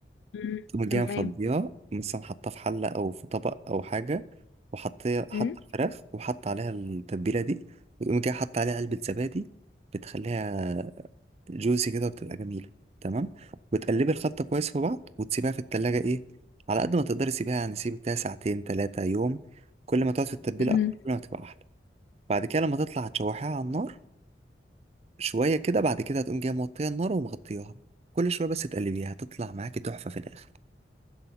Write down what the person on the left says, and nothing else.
مم.
تمام
مم.
مم.